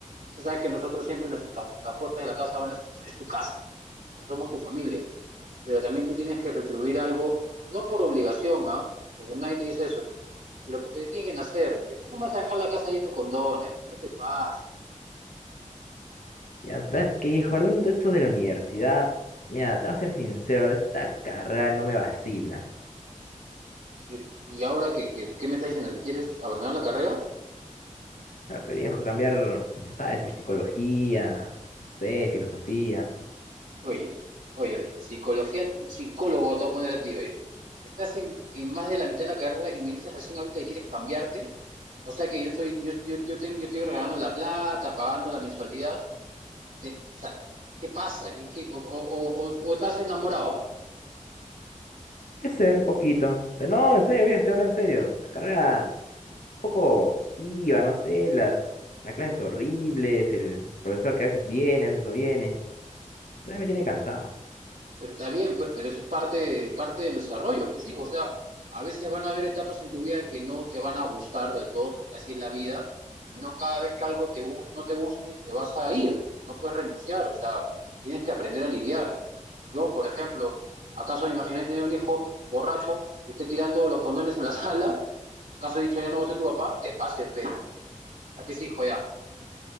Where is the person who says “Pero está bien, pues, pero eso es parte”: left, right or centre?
Right